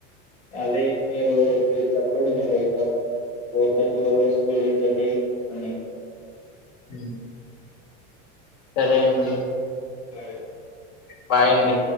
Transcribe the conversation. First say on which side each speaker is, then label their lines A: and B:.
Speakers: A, on the left; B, on the left.
A: అదే మీరు మీరు చెప్పండి మీరు ఇక ఫోర్ తర్టీ వరకు స్కూలు ఉంచండి అని
B: హామ్ సరే అండి
A: <unintelligible>
B: బాయ్ అండి